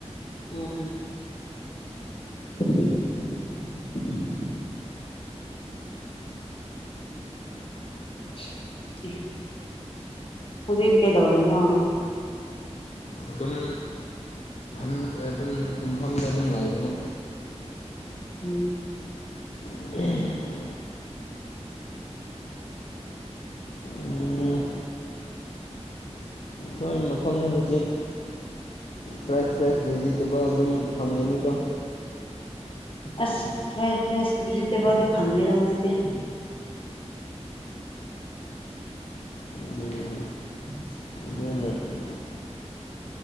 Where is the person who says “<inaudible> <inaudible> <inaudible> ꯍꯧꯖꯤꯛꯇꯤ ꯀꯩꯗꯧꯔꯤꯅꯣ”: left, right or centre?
Left